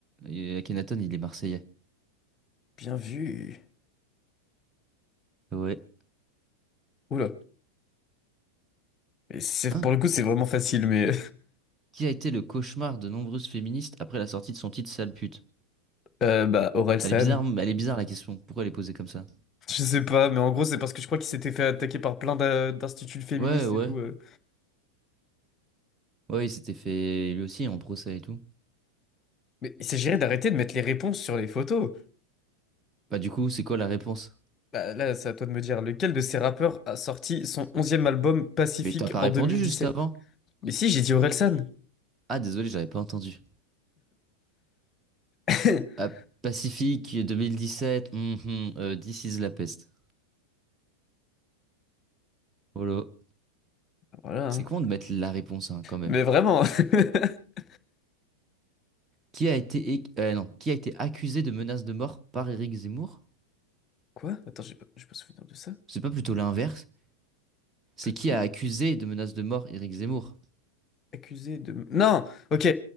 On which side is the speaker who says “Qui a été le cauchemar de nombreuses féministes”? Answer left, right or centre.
Right